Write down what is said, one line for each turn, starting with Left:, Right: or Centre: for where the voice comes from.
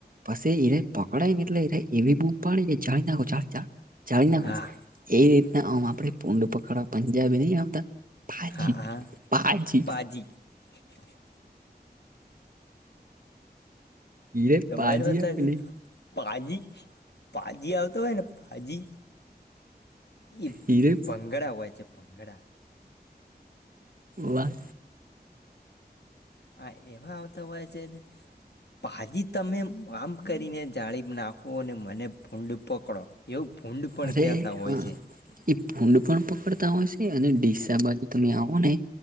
Right: પછી ઈરાય પકડાય ને એટલે એવી બૂમ પાડી કે જાળી નાખો ચાલ ચાલ જાડી નાખો
Left: હા
Right: એ રીતના આમ આપડે પડ પકડા પંજાબી નહી આવતા ભાજી
Left: હા હા
Right: ભાજી
Left: પાજી <inaudible>
Right: હીરે
Left: તમારી
Right: પાજી
Left: વાતા
Right: આપને
Left: સાચી. પાજી પાજી આવતો હોય ને પાજી ઈ ભંગડા
Right: હીરે
Left: હોય છે ભંગડા.
Right: વા...
Left: હા એમાં આવતા હોય છે પાજી તમે આમ કરીને જાળી નાખો અને મને ભૂંડ પકડો. એવું ભૂંડ પણ
Right: અરે
Left: કહેતા હોય
Right: હા
Left: છે
Right: એ ભૂંડ પણ પકડતા હોય છે અને ડીસા બાજુ તમે આવો ને